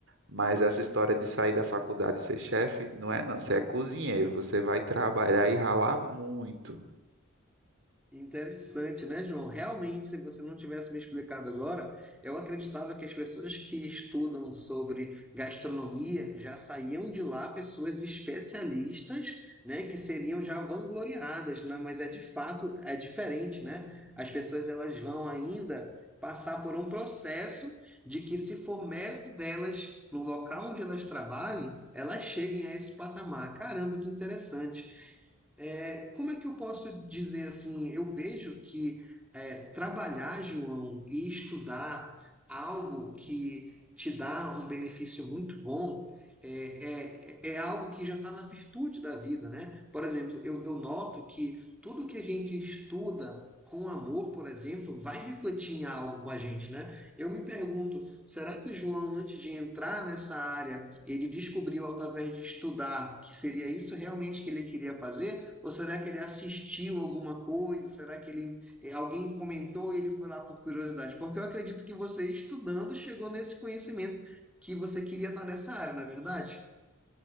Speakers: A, on the right (about 60°); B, in the centre.
A: Mas essa história de sair da faculdade e ser chefe, não é não. Você é cozinheiro, você vai trabalhar e ralar muito.
B: Interessante, né, João? Realmente, se você não tivesse me explicado agora, eu acreditava que as pessoas que estudam sobre gastronomia já saíam de lá pessoas especialistas, né, que seriam já vangloriadas, né? Mas é de fato é diferente, né? As pessoas elas vão ainda passar por um processo de que se for mérito delas no local onde elas trabalhem, elas cheguem a esse patamar. Caramba, que interessante é, como é que eu posso dizer assim? Eu vejo que é, trabalhar, João, e estudar algo que te dá um benefício muito bom é, é, é algo que já está na virtude da vida, né? Por exemplo, eu, eu noto que tudo que a gente estuda com amor, por exemplo, vai refletir em algo com a gente, né? Eu me pergunto, será que o João, antes de entrar nessa área, ele descobriu através de estudar que seria isso realmente que ele queria fazer? Ou será que ele assistiu alguma coisa? Será que ele eh, alguém comentou e ele foi lá por curiosidade? Porque eu acredito que você, estudando, chegou nesse conhecimento que você queria estar nessa área, não é verdade?